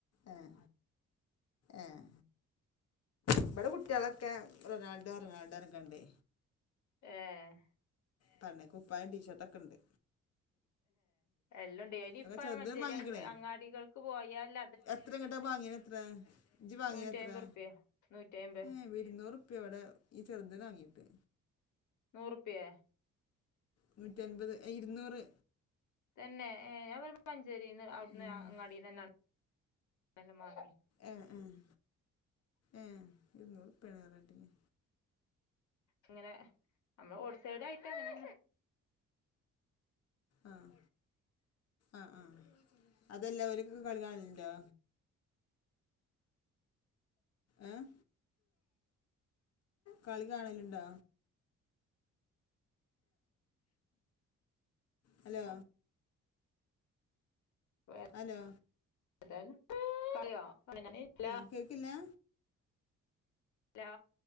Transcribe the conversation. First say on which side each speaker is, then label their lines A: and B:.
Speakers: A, on the left; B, on the left.
A: ഏഹ് ഏഹ് ഇബടെ കുട്ട്യേളൊക്കെ റൊണാൾഡോ പറഞ്ഞ്ക്കാണ്ട് എറങ്ങ്ണ്ടെ
B: ഏഹ്
A: പറഞ്ഞ് കുപ്പായും ടീഷർട്ടൊക്കെണ്ട്.
B: എല്ലും ഇണ്ട് എനിയിപ്പം
A: അതൊക്കെ ചെറുതിന്
B: മഞ്ചേരി
A: വാങ്ങിക്ക്ണേ
B: അ അങ്ങാടികൾക്ക് പോയാല്
A: എത്ര ഇങ്ങെട്ട് വാങ്യേന് എത്രേ ഇജ്ജ് വാങ്യേന്
B: നൂറ്റി
A: എത്രേ
B: അയ്മ്പറുപ്യ നൂറ്റി അയ്മ്പത്
A: ഏഹ് ഇര്ന്നൂറുപ്പ്യ ഇബടെ ഈ ചെറ്തിന് വാങ്ങീട്ട്
B: നൂറ്പ്യേ
A: നൂറ്റി അൻപത് ഏ ഇര്ന്നൂറ്
B: തന്നെ ഏഹ് ഞാന് ഇവന്പ്പോ മഞ്ചേരീന്ന് അവിടുന്ന്
A: ഏഹ്
B: അങ്ങാടി തന്നെയാണ് <inaudible> മാങ്ങിയെ
A: ഏഹ് ഏഹ് ഏഹ് ഇരുന്നൂറ്പ്യാണ് പറഞ്ഞേട്ടീനി
B: ഇങ്ങനെ നമ്മള് റോഡ്സൈഡായിട്ട് അങ്ങനെ
A: ആഹ് ആഹ് ആഹ് അതല്ല ഓലൊക്കെ കളി കാണലുണ്ടോ ഏഹ് കളി കാണലുണ്ടോ? ഹലോ
B: അപ്പൊ പോയോ
A: ഹലോ
B: <unintelligible>
A: കേക്കില്ലാ
B: ഹലോ